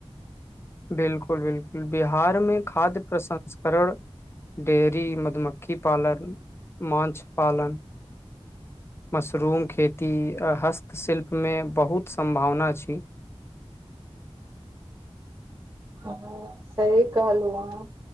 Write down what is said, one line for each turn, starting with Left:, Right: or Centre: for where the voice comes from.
Left: बिलकुल बिलकुल बिहार में खाद्य प्रसंस्करण देरी मधुमकखी पालन मछ पालन मशरूम खेती हस्तशिल्प मे बहुत सम्भावना छी
Right: हँ सही कहलू अहाॅं